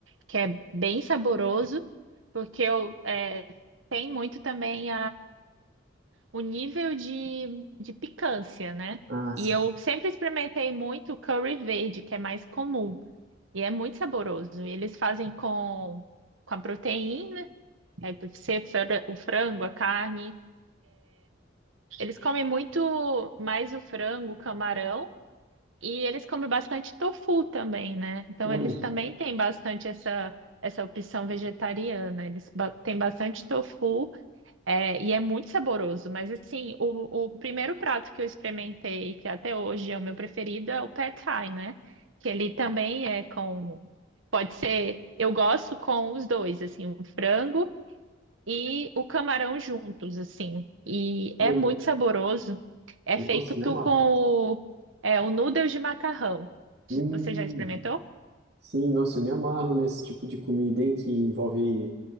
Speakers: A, on the right; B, on the right.
A: que é bem saboroso, porque eu, é, tem muito também o nível de, de picância, né?
B: Ah,
A: E
B: sim.
A: eu sempre experimentei muito curry verde, que é mais comum, e é muito saboroso. E eles fazem com, com a proteína, aí deve ser fra- o frango, a carne. Eles comem muito mais o frango, o camarão, e eles comem bastante tofu também, né? Então
B: Olha,
A: eles também têm bastante essa, essa opção vegetariana. Eles ba- têm bastante tofu. É, e é muito saboroso, mas assim, o, o primeiro prato que eu experimentei, que até hoje é o meu preferido, é o Pad Thai, né? Que ele também é com. Pode ser. Eu gosto com os dois, assim, o frango e o camarão juntos, assim. E
B: que
A: é
B: legal.
A: muito saboroso. É
B: Nossa,
A: feito tu
B: me amarro.
A: com o, é, o noodle de macarrão.
B: Hum,
A: Você já experimentou?
B: Sim, nossa, eu me amarro nesse tipo de comida, hein, que envolve